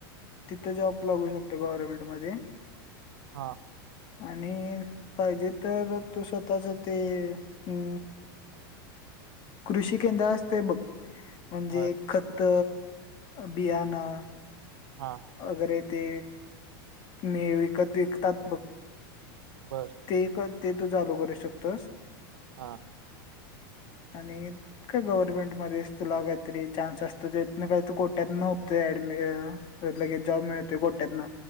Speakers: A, on the left (about 40°); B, on the right (about 80°).
A: तिथं जॉब लागू शकतो गव्हर्नमेंट मध्ये
B: हा
A: आणि पाहिजे तरं तू स्वतःचं ते अम कृषी केंद्र असतें बघ म्हणजे
B: बर
A: खंत बियाणं
B: हा
A: अगरे ते मी विकत विकतात बघ
B: बरं
A: ते एक ते तू चालू करू शकतोस
B: हा
A: आणि काय गव्हर्नमेंट मध्येस तुला काहीतरी चान्स असतो त्यान काही तू कोट्यात नव्हतो ऍडमि अ त्यात लगेच जॉब मिळतो कोट्यात ना